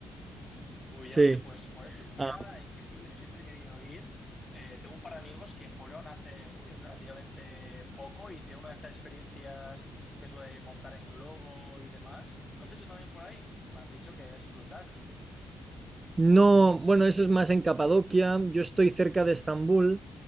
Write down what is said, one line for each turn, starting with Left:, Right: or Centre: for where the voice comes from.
Left: Muy
Right: sí.
Left: bien, oye, pues joder, Turquía,
Right: Ah,
Left: increíble. Yo siempre he querido ir. Eh, tengo un par de amigos que fueron hace uy, relativamente poco, hicieron una de estas experiencias que es lo de montar en globo y demás. ¿Lo has hecho también por ahí? Me han dicho que es brutal.
Right: no, bueno, eso es más en Capadocia. Yo estoy cerca de Estambul.